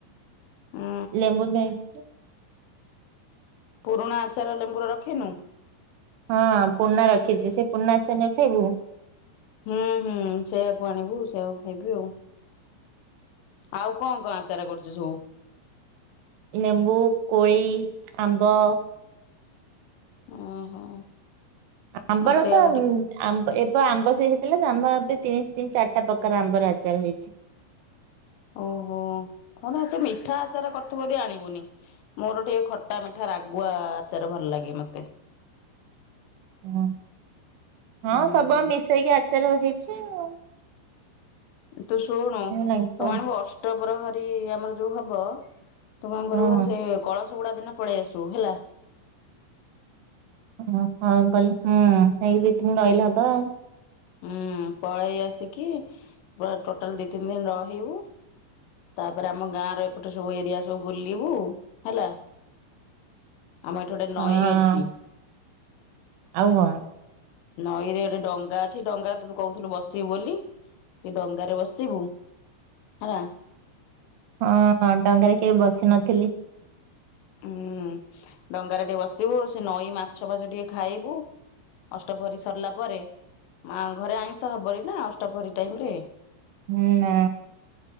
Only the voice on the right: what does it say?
ଲେମ୍ବୁ ନେଇକି।
ହଁ ପୁରୁଣା ରଖିଛି ସେ ପୁରୁଣା ଆଚନ ଖାଇବୁ।
ନେମ୍ବୁ କୋଳି ଆମ୍ବ।
ଆବର
ତ।
ଆମ୍ବ ଏବେ ଆମ୍ବ ସେ ହେଇଥିଲା ଆମ ଏବେ ତିନି ତିନି ଚାରିଟା ପ୍ରକାର ଆମ୍ବର ଆଚାର ହେଇଛି।
ହ ହଁ
ସବୁ ଆ ମିଶେଇକି ଆଚାର ହେଇଛି। ଆଉ।
ଲାଗିଛି ଆଉ
ହଁ
<unintelligible> ହୁଁ ଏଇ ଦି ତିନି ରହିଲ ହବ ଆଉ
ହଁ
ଆଉ କଣ?
ହଁ ହଁ ଡଙ୍ଗାରେ କେବେ ବସି ନଥିଲି।
ହୁଁ ନା